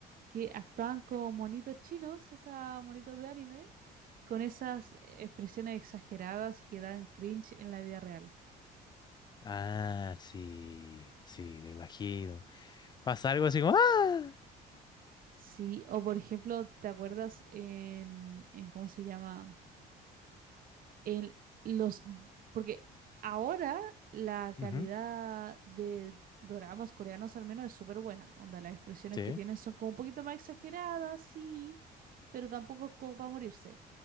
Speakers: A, on the right; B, on the left.
A: que actuaban como monitos chinos, o sea, monitos de anime, con esas expresiones exageradas que dan cringe en la vida real.
B: Ah, sí, sí, me imagino. Pasa algo así como, ¡ah!
A: Sí, o por ejemplo, ¿te acuerdas en, en cómo se llama? en los, porque ahora la calidad
B: Ujú,
A: de doramas coreanos al menos es súper buena, onda las expresiones
B: sí,
A: que tienen son como un poquito más exageradas, sí, pero tampoco es como para morirse.